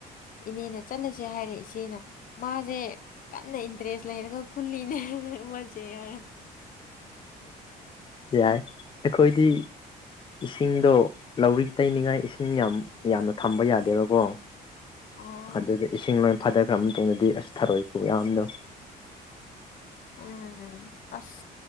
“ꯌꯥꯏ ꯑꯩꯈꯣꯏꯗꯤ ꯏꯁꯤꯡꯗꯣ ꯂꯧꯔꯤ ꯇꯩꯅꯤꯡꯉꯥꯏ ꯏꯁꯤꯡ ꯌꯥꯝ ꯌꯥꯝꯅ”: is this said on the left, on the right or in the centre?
Left